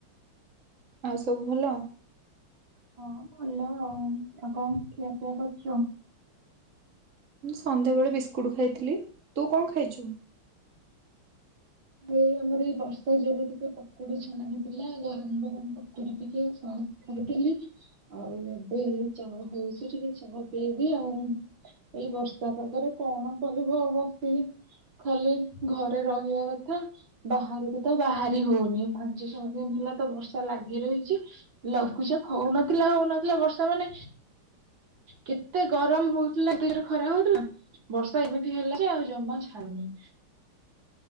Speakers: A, on the right; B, on the right.
A: ଆଉ ସବୁ ଭଲ?
B: ହଁ ଭଲ ଆଉ। ଆଉ କଣ ଖିଆ ପିଆ କରିଛୁ?
A: ମୁଁ ସନ୍ଧ୍ୟାବେଳେ ବିସ୍କୁଟ ଖାଇଥିଲି। ତୁ କଣ ଖାଇଛୁ?
B: ଏଇ ଆମର ଏଇ ବର୍ଷା ଯୋଗୁ ଟିକେ ପକୁଡି ଛଣା ହେଇଥିଲା ଗରମ ଗରମ ପ କୁଡି ଟିକେ ସସ୍ ଖାଇଥିଲି। ଆଉ ଏବେ ଏଇ ଚାହା ହଉଛି ଟିକେ ଚାହା ପିଇବି ଆଉ। ଏଇ ବର୍ଷା ପାଗରେ କଣ କରିବ ବସିକି। ଖାଲି ଘରେ ରହିବା କ ଥା ବାହାରୁକୁ ତ ବାହାରି ହଉନି। ପାଞ୍ଚ ଛଅ ଦିନ ହେଲା ତ ବର୍ଷା ଲାଗି ରହିଛି। ଲଘୁଚାପ ହଉନଥିଲା ହଉନଥିଲା ବର୍ଷା ମାନେ କେତେ ଗରମ ହଉଥିଲା ଏତେ ଜୋରରେ ଖରା ହଉଥିଲା। ବର୍ଷା ଏମିତି ହେଲା ଯେ ଆଉ ଜମା ଛାଡୁନି।